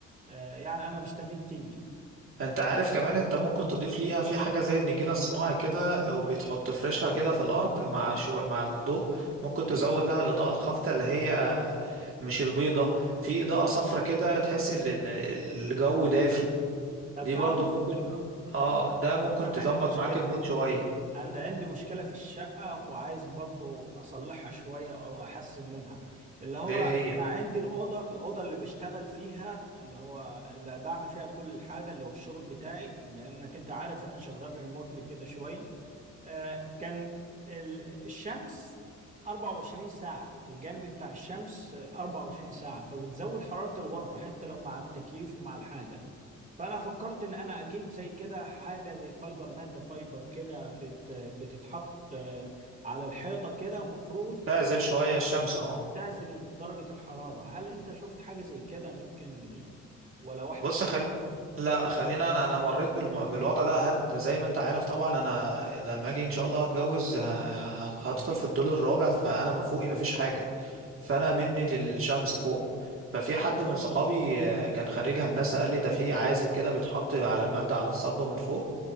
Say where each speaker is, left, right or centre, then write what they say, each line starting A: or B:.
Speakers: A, on the right (about 25°); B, on the right (about 45°).
A: آه، يعني أنا مستنيك تيجي
B: انت عارف كمان انت ممكن تضيف ليها في حاجة زي النجيلة الصناعي كده وبيتحط فرشها كده في الارض مع شو مع الضوء ممكن تزود لها الاضاءة الخافتة اللي هي مش البيضة في اضاءة صفرة كده تحس ان ال- الجو دافي
A: طب
B: دي
A: تعرف
B: برضو ممكن اه ده ممكن
A: أنا
B: تظبط
A: عندي مشكلة
B: معاك المود شوية
A: أنا عندي مشكلة في الشقة وعايز برضو أصلحها شوية أو أحسن منها اللي هو
B: ايه
A: أنا
B: هي
A: عندي الأوضة الأوضة اللي بشتغل فيها اللي هو اللي بعمل فيها كل الحاجة اللي هو الشغل بتاعي لأنك أنت عارف أنا شغال ريموتلي كده شوية آه، كان ال- الشمس 24 ساعة الجانب بتاع الشمس 24 ساعة فبتزود حرارة الغرفة حتى لو مع التكييف ومع الحاجة فانا فكرت ان انا اجيب زي كده حاجه زي فايبر ماده فايبر كده بت بتتحط آه، على الحيطه كده ومفروض
B: تعزل شوية الشمس اه
A: تعزل درجه الحراره هل انت شفت حاجه زي كده ممكن آه، ولا واحد
B: بص
A: صاحبي
B: خل... لا خلينا انا انا مريت بالم... بالوضع ده عارف ده زي ما انت عارف طبعا انا لما اجي ان شاء الله هتجوز ه... ه- هدخل في الدور الرابع فانا ما فوقي ما فيش حاجه فانا مني للشمس فوق ففي حد من صحابي آه، كان خريج هندسه قال لي ده في عازل كده بيتحط على الماده على الصبه من فوق